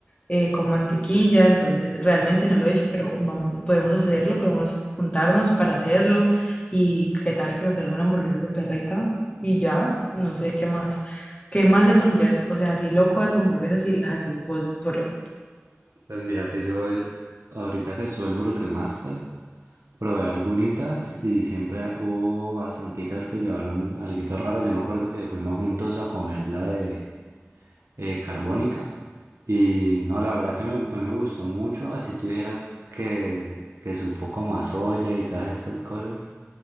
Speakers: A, on the left (about 25°); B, on the right (about 75°).
A: eh, con mantequilla. Entonces, realmente no lo he hecho, pero vamos, podemos hacerlo, podemos juntarnos para hacerlo. Y qué tal que nos salga una hamburguesa súper rica y ya, no sé qué más. ¿Qué más le pondrías? O sea, así loco a tu hamburguesa si la haces vos solo.
B: Pues mira que yo eh, ahorita que estuve el Burger Master, probé algunitas y siempre hubo bastanticas que llevaron alguito raro. Yo me acuerdo que fuimos juntos a comer la de eh, carbónica. Y no, la verdad que me gu- a mí me gustó mucho, así tú dijeras que, que supo como a soya y todas estas cosas.